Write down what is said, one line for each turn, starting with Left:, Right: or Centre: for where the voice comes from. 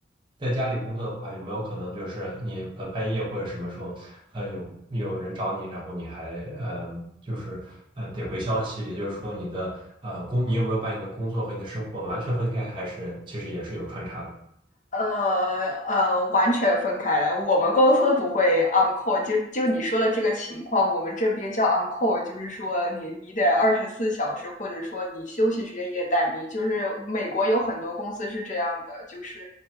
Right: 在家里工作的话，有没有可能就是你呃半夜或者什么时候，呃有有人找你，然后你还呃就是呃得回消息，也就是说你的呃工，你有没有把你的工作和你的生活完全分开，还是其实也是有穿插的？
Left: 呃呃，完全分开来。我们公司不会 on call，就就你说的这个情况，我们这边叫 on call，就是说你你得二十四小时，或者说你休息时间也待命。就是美国有很多公司是这样的，就是